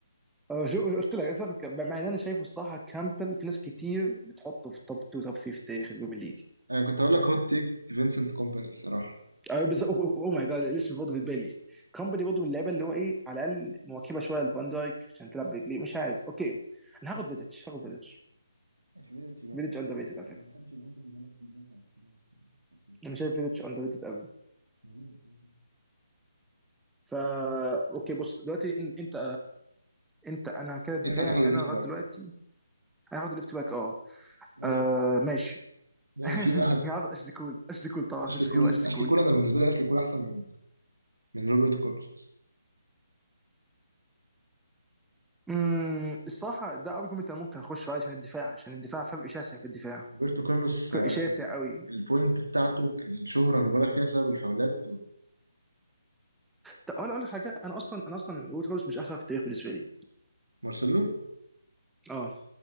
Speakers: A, in the centre; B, on the right.
A: أه، شو قلت لك أنت هتاخد كامبل مع ان انا شايفه الصراحه كامبل في ناس كتير بتحطه في توب 2 توب 3 في تاريخ البريمير ليج
B: انا كنت هقول لك هوت تيك فينسنت كومباني الصراحة
A: ايوه بالظبط اوه ماي جاد الاسم برضه في بالي كومباني برضه من اللعيبه اللي هو ايه على الاقل مواكبه شويه لفان دايك عشان تلعب برجليه مش عارف اوكي انا هاخد فيديتش هاخد فيديتش
B: اشمعنى جامد
A: فيديتش
B: بس
A: اندر
B: آه،
A: ريتد
B: انا
A: على فكره
B: ما بحبش العنف اللي بالك فيه ده فعشان كده بس ما خدتوش يعني
A: انا شايف فيديتش اندر ريتد قوي
B: هو جامد كده كده.
A: فا اوكي بص دلوقتي إن- انت انت انا كده دفاعي
B: انت هتاخد الليفت
A: انا لغايه
B: باك
A: دلوقتي انا هاخد ليفت باك اه
B: يا
A: آه،
B: بختك
A: ماشي
B: يعني
A: <laughs>
B: في واحد
A: هاخد اشلي كول اشلي كول طبعا
B: اشلي
A: مفيش
B: كول
A: غيره اشلي
B: اشلي
A: كول
B: كول انا بالنسبه لي اشلي كول احسن من من روبرتو كارلوس أصلاً.
A: أمم، الصراحه ده ارجيومنت انا ممكن اخش عليه عشان الدفاع عشان الدفاع فرق شاسع في الدفاع
B: روبرتو كارلوس
A: فرق
B: آه،
A: شاسع
B: ال-
A: قوي
B: البوينت بتاعته الشهره مبالغ فيها بسبب الفاولات
A: طب اقول اقول لك حاجه انا اصلا انا اصلا ويت هولز مش احسن في التاريخ بالنسبه لي
B: مارسيلو
A: اه